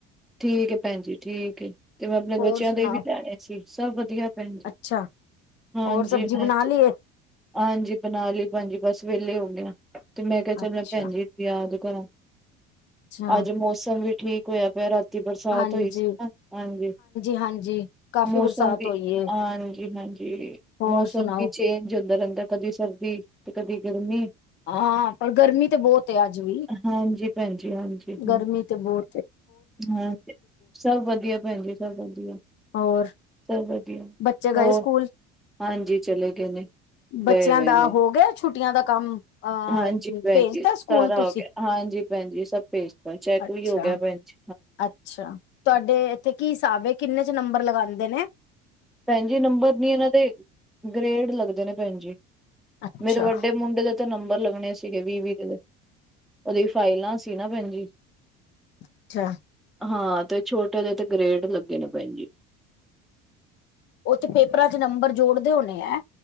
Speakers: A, in the centre; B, on the left.
A: ਠੀਕ ਐ ਭੈਣ ਜੀ ਠੀਕ ਏ, ਮੈਂ ਆਪਣੇ
B: ਹੋਰ
A: ਬੱਚਿਆਂ
B: ਸੁਣਾਓ
A: ਦੇ ਵੀ ਲੈਣੇ ਸੀ, ਸਭ ਵਧੀਆ ਭੈਣ ਜੀ
B: ਅੱਛਾ
A: ਹਾਂਜੀ
B: ਹੋਰ ਸਬਜ਼ੀ
A: ਹਾਂਜੀ
B: ਬਣਾ ਲਈ ਏ
A: ਹਾਂਜੀ ਬਣਾ ਲੀ ਭੈਣਜੀ ਬਸ ਵੇਹਲੇ ਹੋ ਗਏ ਆਂ, ਤੇ ਮੈਂ ਕਿਆ ਚੱਲਣਾ
B: ਅੱਛਾ
A: ਭੈਣ ਜੀ ਯਾਦ ਕਰਾਂ,
B: ਅੱਛਾ
A: ਅੱਜ ਮੌਸਮ ਵੀ ਠੀਕ ਹੋਇਆ ਪਿਆ ਰਾਤ ਰਾਤੀ ਬਰਸਾਤ
B: ਹਾਂਜੀ
A: ਹੋਈ ਸੀ ਨਾ, ਹਾਂਜੀ,
B: ਹਾਂਜੀ ਕਾਫ਼ੀ
A: ਮੌਸਮ
B: ਬਰਸਾਤ
A: ਵੀ,
B: ਹੋਈ ਏ
A: ਹਾਂਜੀ- ਹਾਂਜੀ ਜੀ,
B: ਹੋਰ
A: ਮੌਸਮ
B: ਸੁਣਾਓ
A: ਕੀ ਚੇਂਜ ਹੁੰਦਾ ਰਹਿੰਦਾ ਕਦੀ ਸਰਦੀ, ਤੇ ਕਦੀ ਗਰਮੀ
B: ਹਾਂ, ਪਰ ਗਰਮੀ ਤੇ ਬਹੁਤ ਆ, ਅੱਜ ਵੀ
A: ਹਾਂਜੀ ਭੈਣ ਜੀ, ਹਾਂਜੀ ਹਾਂਜੀ
B: ਗਰਮੀ ਤੇ ਬਹੁ
A: ਹਾਂਜੀ, ਸਭ ਵਧੀਆ ਭੈਣ ਜੀ, ਸਭ ਵਧੀਆ
B: ਹੋਰ
A: ਸਭ ਵਧੀਆ,
B: ਬੱਚੇ ਗਏ
A: ਹੋਰ
B: ਸਕੂਲ
A: ਹਾਂਜੀ ਚਲੇ ਗਏ ਨੇ,
B: ਬੱਚਿਆਂ
A: ਗੇਏ ਹੋਏ
B: ਦਾ
A: ਨੇ
B: ਹੋ ਗਿਆ ਛੁੱਟੀਆਂ ਦਾ ਕੰਮ, ਅਹ
A: ਹਾਂਜੀ ਭੈਣ
B: ਭੇਜਤਾ
A: ਜੀ
B: ਸਕੂਲ
A: ਸਾਰਾ
B: ਤੁਸੀਂ
A: ਹੋ ਗਿਆ ਹਾਂਜੀ ਭੈਣ ਜੀ, ਸਭ ਭੇਜਤਾ, ਚੈੱਕ
B: ਅੱਛਾ
A: ਵੀ ਹੋ ਗਿਆ ਭੈਣ ਜ
B: ਅੱਛਾ, ਤੁਹਾਡੇ ਇੱਥੇ ਕੀ ਹਿਸਾਬ ਐ, ਕਿੰਨੇ 'ਚ ਨੰਬਰ ਲਗਾਉਦੇ ਨੇ
A: ਭੈਣ ਜੀ ਨੰਬਰ ਨੀ ਇਹਨਾਂ ਦੇ, ਗ੍ਰੇਡ ਲੱਗਦੇ ਨੇ ਭੈਣ ਜੀ,
B: ਅੱਛਾ
A: ਮੇਰੇ ਵੱਡੇ ਮੁੰਡੇ ਦੇ ਤੇ ਨੰਬਰ ਲੱਗਣੇ ਸੀਗੇ ਵੀਹ- ਵੀਹ ਦੇ, ਉਹਦੀ ਫਾਈਲਾਂ ਸੀ ਨਾ ਭੈਣਜੀ
B: ਅੱਛਾ
A: ਹਾਂ, ਤੇ ਛੋਟੇ ਦੇ ਤੇ ਗ੍ਰੇਡ ਲੱਗੇ ਨੇ ਭੈਣ ਜੀ
B: ਓ ਤੇ ਪੇਪਰਾਂ 'ਚ ਨੰਬਰ ਜੋੜਦੇ ਹੋਣੇ ਐ